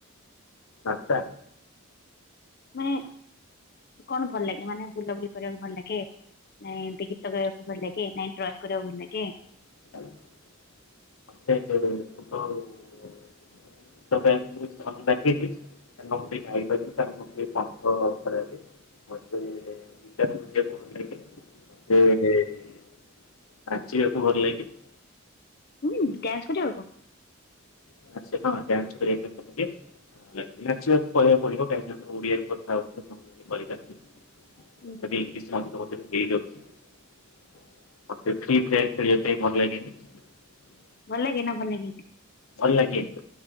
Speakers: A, on the left; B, on the left.
A: ଆଛ
B: ମାନେ କଣ ଭଲ ଲାଗେ ମାନେ ବୁଲାବୁଲି କରିବାକୁ ଭଲ ଲାଗେ ନାଇଁ ଏମିତି ଗୀତ ଗାଇବାକୁ ଭଲ ଲାଗେ କି ନାଇଁ ଡ୍ରଇଂ କରିବାକୁ ଭଲ ଲାଗେ କେ
A: ଆପଙ୍କ ମୂଟ ାଇ ଲି <unintelligible> ମେ ବିକଣ୍ଡେ <unintelligible> ଆଚିବାକୁ ଭଲ ଲ କିି <unintelligible>
B: ହୁଁ ଗ୍ୟାସ କରି ହବ।
A: <unintelligible> ପରିବାକୁ ପଡିବ କାହିଁକି ଓଡ଼ିଆ <unintelligible> <unintelligible> ମଝିରେ ହେଇଯାଉଚି।
B: ହୁଁ
A: ଆତେ ଫ୍ରି ଫାୟାର ଖେଳିବା ପାଇଁ ଭଲ ଲାଗେନି।
B: ଭଲ ଲାଗେ ନା ଭଲ ଲାଗେ ନି?
A: ଭଲ ଲାଗେ।